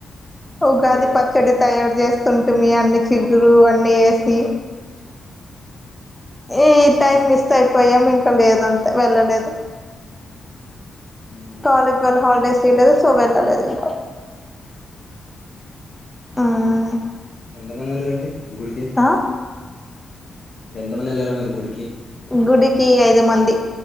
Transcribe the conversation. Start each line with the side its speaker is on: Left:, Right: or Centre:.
Centre: ఉగాది
Left: ఓకే
Centre: పచ్చడి తయారు చేస్తుంటుమి అన్ని చిగురు అన్ని ఏ సి ఈ ఈ టైం
Left: ఆహా
Centre: మిస్ అయిపోయాం ఇంకా లేదంతే వెళ్ళలేదు
Left: మ్మ్
Centre: కాలేజ్
Left: ఓకే
Centre: వల్ల హాలిడేస్
Left: ఓకే
Centre: ఇయలేదు సో వెళ్ళలేదు ఇంకా మ్మ్
Left: ఎంతమందెలరండీ గుడికి
Centre: ఆ
Left: ఎంతమందేళ్ళారు మీరు గుడికి
Centre: గుడికి ఐదు మంది